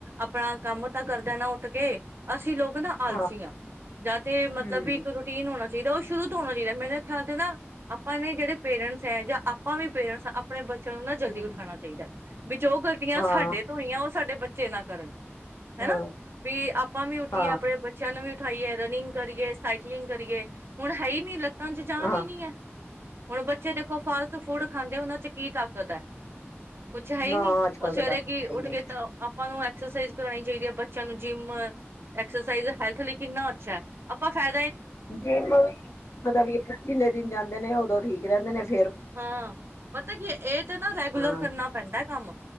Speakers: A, on the right; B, on the left.
A: ਆਪਣਾ ਕੰਮ ਤਾਂ ਕਰਦਾ ਨਾ ਉੱਠ ਕੇ ਸੀ ਲੋਕ ਨਾ ਆਲਸੀੀਆਂ
B: ਹਾਂ
A: ਜਾਂ ਤੇ ਮਤਲਬ
B: ਹਮ
A: ਵੀ ਇੱਕ ਰ ਹੋਣਾ ਚਾਹੀਦਾ ਉਹ ਸ਼ੁਰੂ ਤੋਂ ਹੋਣਾ ਚਾਹੀਦਾ ਮੇਰੇ ਖਿਆਲ ਤੇ ਨਾ ਆਪਾਂ ਨੇ ਜਿਹੜੇ ਪੇਰੈਂਟਸ ਹੈ ਜਾਂ ਆਪਾਂ ਵੀ ਪੇਰੈਂਟਸ ਆਪਣੇ ਬ ਚਾਨੂੰ ਨਾ ਜਲਦੀ
B: ਹਮ
A: ਉਠਾਉਣਾ ਚਾਹੀਦਾ ਵੀ ਜੋ ਗਲਤੀਆਂ
B: ਹਾਂ
A: ਸਾਡੇ ਤੋਂ ਹੋਈਆਂ ਸਾਡੇ ਬੱਚੇ ਨਾ ਕਰਨ
B: ਹਾਂ
A: ਹਨਾ ਵੀ ਆਪਾਂ ਵੀ ਉੱਠੀਏ
B: ਹਾਂ
A: ਆਪਣੇ ਬੱਚਿਆਂ ਨੂੰ ਵੀ ਉਠਾਈਏ ਰਨਿੰਗ ਕਰੀਏ ਸਾਈਕ ਕਰੀਏ ਹੁਣ ਹੈ ਹੀ ਨੀ ਲੱਤਾਂ ਚ ਜਾਣ
B: ਹਾਂ ਹਾਂ
A: ਹੀ ਨੀ ਹੈ ਹੁਣ ਬੱਚੇ ਦੇਖੋ ਫਾਸਟ ਫੂਡ ਖਾਂਦੇ ਉਹਨਾਂ ਚ ਕੀ ਤਾਕ ਕੁਤਾ <unintelligible> ਕੁਛ ਹੈ ਹੀ
B: ਨਾ
A: ਨੀ
B: ਅੱਜ ਕੱਲ
A: ਉਹ ਸਵੇਰੇ
B: ਤਾਂ ਤੱਕ
A: ਕੀ
B: ਹੈ ਹੀ
A: ਉੱਠ
B: ਨਹੀਂ
A: ਕੇ ਤਾਂ ਆਪਾਂ ਨੂੰ ਐਕਸਾਈ ਕਰਾਣੀ ਚਾਹੀਦੀ ਹੈ, ਬੱਚਿਆਂ ਨੂੰ ਜਿੰਮ ਐਕਸਰਸਾਈਜ਼ ਹੈ ਲਈ ਕਿੰਨਾ ਅੱਛਾ ਹੈ ਆਪਾਂ ਫੈ
B: ਜਿ ਮਤਲਬ ਜਿੰਨੇ ਦਿਨ ਜਾਂਦੇ ਨੇ ਉਦੋਂ ਠੀਕ ਰਹਿੰਦਾ <unintelligible>
A: ਹਾਂ ਪਤਾ ਕੀ ਇਹ ਤਾਂ ਨਾ ਰੈਗੂਲਰ
B: ਹਾਂ
A: ਕਰਨਾ ਪੈਂਦਾ ਕੰਮ